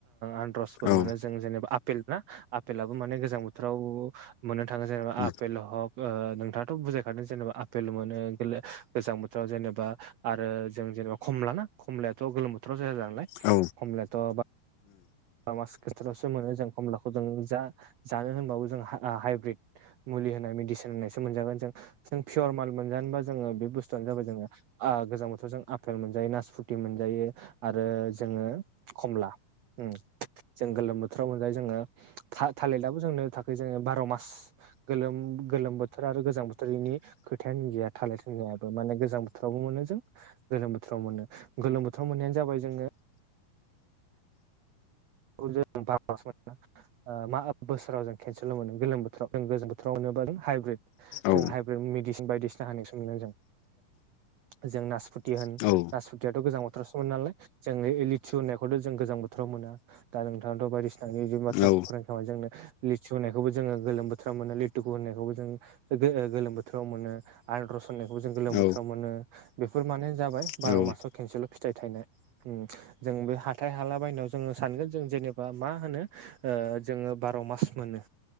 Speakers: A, on the right; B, on the left.
A: आनद्रसबो
B: औ
A: मोनो जों जेनेबा आपेल ना आपेलाबो माने गोजां बोथोराव मोननो थाङो जेनेबा
B: उम
A: आ हग ओ नोंथाङाथ' बुजायखादों जेनेबा आपेल मोनो गोले गोजां बोथोराव जेनेबा आरो जों जेनेबा खमला ना खमलायाथ' गोलोम बोथोराव जाया नालाय
B: औ
A: खमलायाथ' बा <inaudible> मास खस्टारावसो मोनो जों खमलाखौ जों जा जानो होनबाबो जों हा आ हाइब्रिद मोन मुलि होनाय मिदिसिन होनायसो मोनजागोन जों पियर माल मोनजानोबा जोंङो बे बुसथुआनो जाबाय जोंङो आग गोजां बोथोर जों आफेल मोनजायो नासफुथि मोनजायो आरो जोङो खमला ओम जों गोलोम बोथोराव मोनजायो जोङो था थालिदाबो जोंनो थाखाय जोङो बार' मास गोलोम गोलोम बोथोर आरो गोजां बोथोरनि खोथायानो गैया थालिर थिनायाबो माने गोजां बोथोरावबो मोनो जों गोलोम बोथोराव मोनो गोलोम बोथोराव मोननायानो जाबाय जोङो जों <unintelligible> मा बोसोराव जों केनसेल मोनो गोलोम बोथोराव जों गोजां बोथोराव मोनो हाइब्रिद जों
B: औ
A: हाइब्रिद मेडिसिन बायदिसिना होनायखौसो मोनो जों जों नासपुथि होन
B: औ औ
A: नासपुथियाथ'
B: औ
A: गोजां बोथोरावसो मोनो नालाय जों लिथसु होननायखौथ' जों गोजां बोथोराव मोना। दा नोंथांङाथ' बायदिसिना <unintelligible> बाथ्राखौ
B: औ
A: फोरमायखाबाय जोंनो लिथसु होनायखौबो जोङो गोलोम बोथोर मोनो लिरथु गु होननायखौबो जों गोलोम बोथोराव मोनो आनारस होननायखौबो जों गोलोम
B: औ
A: बोथोराव मोनो बेफोर जाबाय
B: उम
A: बार' मासाव खनसेल' फिथाइ थायनाय जों बे हाथाय हाला बायनायाव जों सानगोन जों जेनेबा मा होनो ओ जोङो बार' मास मोनो।